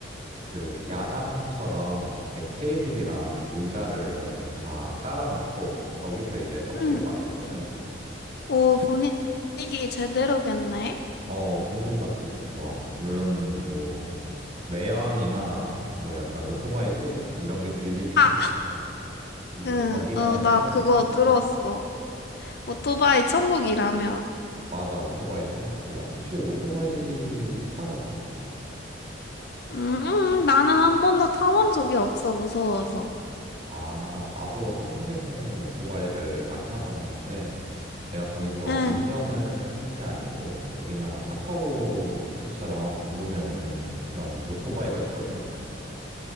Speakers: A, on the right; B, on the left.
A: 그 야장처럼 밖에 테이블이랑 의자를 이렇게 다 깔아놓고 거기서 이제 커피를
B: 응.
A: 마시거든.
B: 오, 분위기 제대로겠네.
A: 어, 분위기가 되게 좋아. 물론 뭐 매연이나 뭐 약간 오토바이 소리 이런 게 들리긴
B: 아,
A: 하는데 뭐
B: 응,
A: 거기만의
B: 어, 나
A: 스타일이니까.
B: 그거 들었어. 오토바이
A: 아,
B: 천국이라며.
A: 맞아. 오토바이 천국이야. 혹시 오토바이 타봤어?
B: 음, 나는 한 번도 타본 적이 없어, 무서워서.
A: 아, 나도 한국에서는 오토바이를 안 타봤는데, 내가 거기서
B: 응,
A: 운전을 한 게 아니고, 우리나라 카카오 택시처럼 부르면 오는 그런 오토바이가 있거든.